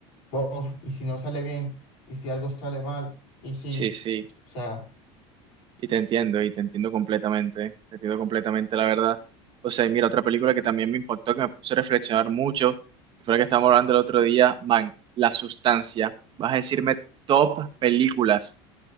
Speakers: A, on the left; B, on the right.
A: "Bof, y si no sale bien, y si algo sale mal, y si,
B: Sí, sí,
A: o sea,
B: y te entiendo, y te entiendo completamente, te entiendo completamente, la verdad. O sea, y mira, otra película que también me impactó, que me puso a reflexionar mucho, que fue la que estábamos hablando el otro día, man, La Sustancia. Vas a decirme top películas,